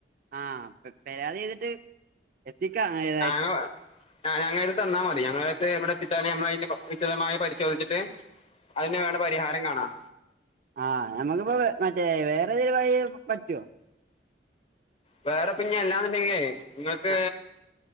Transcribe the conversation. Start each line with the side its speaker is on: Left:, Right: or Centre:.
Right: അഹ്! പേ പേരാതിഎയ്തീട്ട് എത്തിക്കാ ഏഹ്
Left: ആണോ. ആഹ് ഞങ്ങളെട്ത്ത് തന്നാമതി. ഞങ്ങളത്ത് ഇവ്ടെത്തിച്ചാല് ഞമ്മളയിന് കോ വിശദമായി പരിശോധിച്ചിട്ട് അതിന് വേണ്ട പരിഹാരം കാണാം.
Right: ആഹ് ഞമ്മക്കിപ്പോ മറ്റേ വേറെതൊലും വഴി പറ്റൊ?
Left: വേറെ പ ഞ്ഞി അല്ലാന്ന്ണ്ടെങ്കിലേ ഇങ്ങൾക്ക്
Right: ആ